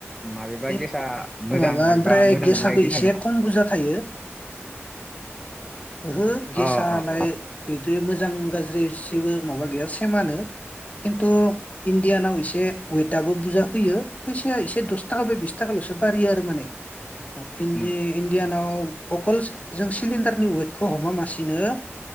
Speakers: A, in the centre; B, on the left.
A: माबेबा
B: एख
A: गेसआ मोजां
B: माबा
A: माबेबा
B: ओमफ्राय
A: मोजां
B: गेसाबो
A: नङा इदि
B: एसे
A: थायो नामा
B: खम बुरजा थायो। ओहो गेसालाय
A: अ अ अ
B: बे मोजां गाज्रि एसेबो माबा गैया सेमानो खिन्थु इण्डियानाव एसे वेट आबो बुरजा फैयो फैसाया एसे दस थाखा बा बिस थाखाल'सो बारियो आरो माने। इणडि
A: उम
B: इणडियानाव अकल जों सिलिणडारनि वेटखौ हमा मासेनो